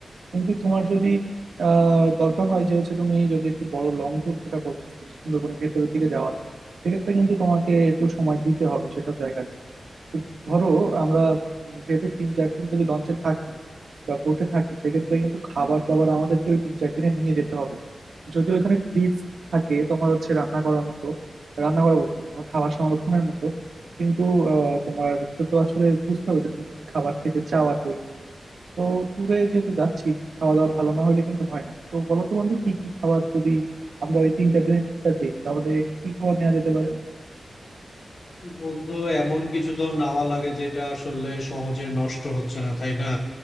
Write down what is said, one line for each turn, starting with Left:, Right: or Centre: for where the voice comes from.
Right: কিন্তু তোমার যদি আহ দরকার হয় যে হচ্ছে তুমি যদি একটু বড় লং ট্যুর যেটা বলতেছি সুন্দরবনের ভেতরের দিকে যাওয়ার সেক্ষেত্রে কিন্তু তোমাকে একটু সময় দিতে হবে সেসব জায়গাতে ধরো আমরা উম, যেহেতু তিন চার দিন যদি লঞ্চে থাকি বা বোটে থাকি সেক্ষেত্রে কিন্তু খাবার দাবার আমাদেরকে ওই তিন চার দিনে নিয়ে যেতে হবে যদি ওইখানে ফ্রিজ থাকে তোমার হচ্ছে রান্না করার মতো রান্না করা বলছি তোমার খাবার সংরক্ষণের মতো কিন্তু আহ, তোমার তো তো আসলে বুঝতে হবে যে তুমি কি খাবার খেতে চাও আর কি ওইখানে তো ট্যুরে যেহেতু যাচ্ছি খাওয়া দাওয়া ভালো না হইলে কিন্তু হয় না তো বলো তো বন্ধু কি কি খাবার যদি আমরা ওই তিন চার দিনের ট্যুরটা দিই তাহলে কি খাবার নেওয়া যেতে পারে
Left: বন্ধু এমন কিছু তো নেওয়া লাগে যেটা আসলে সহজে নষ্ট হচ্ছে না তাই না